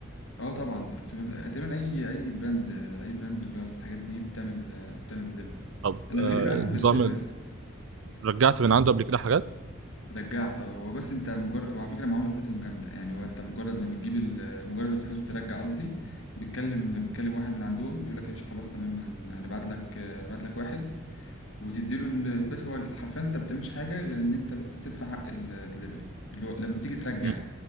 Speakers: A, on the left; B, on the right.
A: اه طبعا دي فاكتور بيعمل- تقريبا أي أي براند أي براند اللي هو الحاجات دي بتعمل آه، بتعمل دليفري
B: طب
A: أنا
B: آه
A: ما بجيبش من عندهم غير
B: نظام
A: دليفري
B: ال-
A: أصلا
B: رجعت من عنده قبل كده حاجات
A: رجعت اه هو بس أنت مجرد وعلى فكرة المعاملة بتاعتهم جامدة يعني هو أنت مجرد ما بتجيب ال... مجرد ما بتحوز ترجع قصدي بيتكلم بيتكلم واحد من عندهم بيقول لك يا باشا خلاص تمام هن... هنبعت لك هنبعت لك واحد وتديله ال... بس هو حرفيا انت بتعملش حاجه غير ان انت بس بتدفع حق الدليفري اللي هو لما بتيجي ترجع
B: مم.